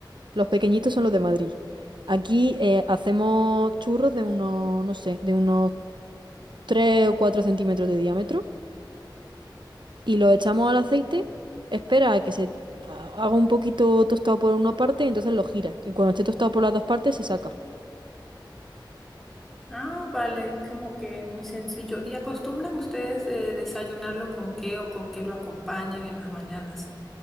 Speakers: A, on the right; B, in the centre.
A: Los pequeñitos son los de Madrid. Aquí eh, hacemos churros de unos, no sé, de unos 3 o 4 centímetros de diámetro y los echamos al aceite. Espera a que se ha- haga un poquito tostado por una parte y entonces lo giras. Y cuando esté tostado por las dos partes se saca.
B: Ah, vale, como que muy sencillo. ¿Y acostumbran ustedes eh, desayunarlo con qué o con qué lo acompañan en las mañanas?